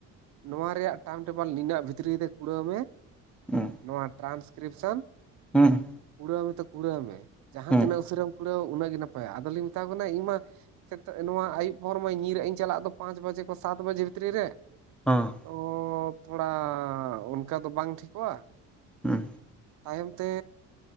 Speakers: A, on the right (about 65°); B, in the centre.
A: ᱱᱚᱣᱟ ᱨᱮᱭᱟᱜ ᱴᱟᱢ ᱴᱮᱵᱮᱞ ᱱᱤᱱᱟᱹᱜ ᱵᱷᱤᱛᱨᱤ ᱛᱮ ᱠᱩᱲᱟᱹᱣ ᱢᱮ᱾
B: ᱦᱩᱸ
A: ᱱᱚᱣᱟ ᱴᱨᱟᱱᱥᱠᱨᱤᱯᱥᱚᱱ᱾
B: ᱦᱩᱸ
A: ᱠᱩᱲᱟᱹᱣ ᱢᱮᱛᱚ ᱠᱩᱲᱟᱹᱣ ᱢᱮ᱾ ᱡᱟᱦᱟᱸ
B: ᱦᱩᱸ
A: ᱛᱤᱱᱟᱹᱜ ᱩᱥᱟᱹᱨᱟᱢ ᱠᱩᱲᱟᱹ ᱩᱱᱟᱹᱜ ᱜᱮ ᱱᱟᱯᱟᱭᱟ ᱟᱫᱚᱞᱤᱧ ᱢᱮᱛᱟᱢ ᱠᱟᱱᱟ ᱤᱧ ᱢᱟ ᱥᱮ ᱱᱚᱣᱟ ᱟᱹᱭᱩᱵ ᱦᱚᱨ ᱢᱟ ᱧᱤᱨᱟᱜ ᱤᱧ ᱪᱟᱞᱟᱜ ᱫᱚ ᱯᱟᱸᱪ ᱵᱟᱡᱮ ᱠᱷᱚᱱ ᱥᱟᱛ ᱵᱟᱡᱮ ᱵᱷᱤᱛᱨᱤ ᱨᱮ᱾
B: ᱚᱸ
A: ᱚᱻ ᱛᱷᱚᱲᱟ ᱚᱱᱠᱟ ᱫᱚ ᱵᱟᱝ ᱴᱷᱤᱠᱚᱜ-ᱟ᱾
B: ᱦᱩᱸ
A: ᱛᱟᱭᱚᱢ ᱛᱮ